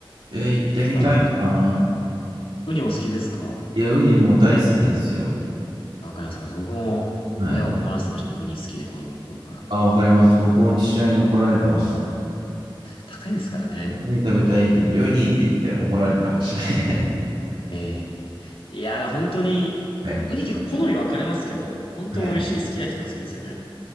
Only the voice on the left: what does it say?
渚とか。ウニお好きですか
あわかります、わかります。僕も親を困らせてましたね。
ウニ好きで子供の頃から。
高いですからね。
ええいやー、本当に、
ウニ結構好み分かれますけど、本当美味しい、
好きな人は好きですよね。